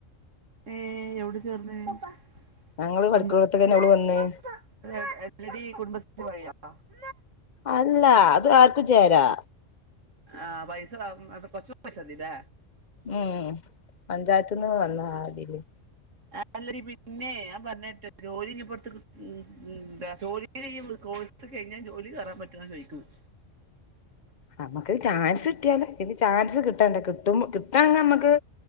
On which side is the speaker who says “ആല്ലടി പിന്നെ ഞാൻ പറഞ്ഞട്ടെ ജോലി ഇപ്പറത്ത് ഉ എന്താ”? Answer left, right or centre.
Right